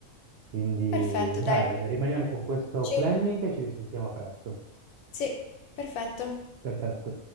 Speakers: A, on the right; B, on the left.
A: Quindi
B: Perfetto,
A: dai,
B: dai.
A: rimaniamo con questo
B: Ci-
A: planning e ci risentiamo a presto.
B: Sì, perfetto.
A: Perfetto.